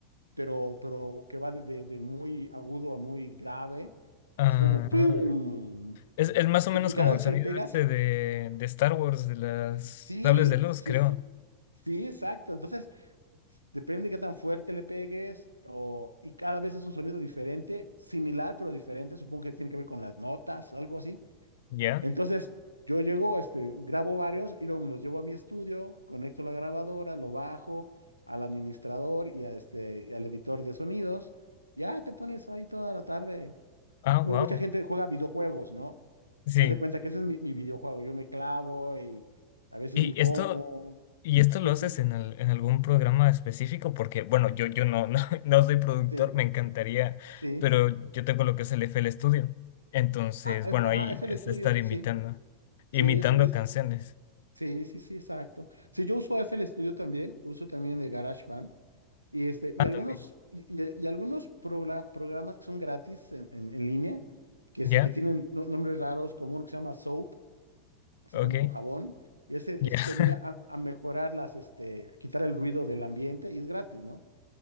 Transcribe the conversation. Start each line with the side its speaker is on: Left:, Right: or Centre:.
Right: pero, pero que va de, de- de muy agudo a muy grave,
Left: Ah.
Right: así como ¡pium!
Left: Es, es más o menos
Right: Y, y cada
Left: como
Right: vez
Left: el sonido
Right: que le pegas,
Left: este de, de Star Wars, de las
Right: sí,
Left: sables de luz,
Right: sí,
Left: creo.
Right: sí, Sí, exacto. Entonces, depende de qué tan fuerte le pegues o, y cada vez es un sonido diferente, similar pero diferente. Supongo que tiene que ver con las notas o algo así.
Left: ¿Ya?
Right: Entonces, yo llego, este, grabo varios y luego me los llevo a mi estudio, conecto la grabadora, lo bajo al administrador y, a este, y al editor de sonidos. Ya te pones ahí toda la tarde.
Left: Ah, wow.
Right: Mu- Mucha gente juega videojuegos, ¿no?
Left: Sí.
Right: Haz de cuenta que ese es mi, mi videojuego. Yo me clavo y a veces
Left: Y
Right: ni como.
Left: esto, y esto lo
Right: Ujú,
Left: haces en, al- en algún programa específico, porque, bueno, yo, yo no, no, <laughs> no soy productor,
Right: Sí,
Left: me encantaría,
Right: sí.
Left: pero yo tengo lo que es el F FL Studio. Entonces,
Right: Ah, es-
Left: bueno,
Right: ajá,
Left: ahí
Right: FL
Left: es
Right: Studio,
Left: estar imitando,
Right: sí. Sí,
Left: imitando
Right: F es-
Left: canciones.
Right: sí, sí, sí, exacto. Sí, yo uso F FL Studio también, uso también el GarageBand y este y
Left: Ah,
Right: algunos
Left: también.
Right: y, y- y algunos progra- programas que son gratis en, en- en línea que
Left: ¿Ya?
Right: este, que tienen no- nombres raros, como uno que se llama Soap, así
Left: Ok.
Right: como jabón, y ese
Left: Ya.
Right: ese
Left: <laughs>
Right: te ayuda a, a mejorar las este a quitar el ruido del ambiente y es gratis, ¿no?